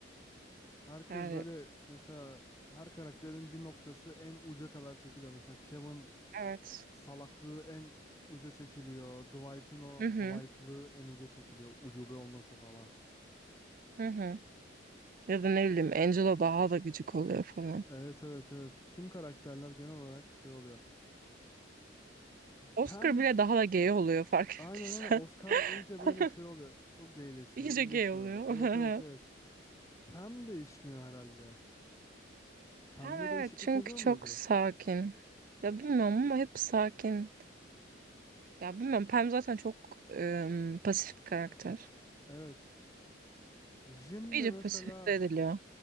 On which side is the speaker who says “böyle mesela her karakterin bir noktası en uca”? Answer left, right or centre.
Left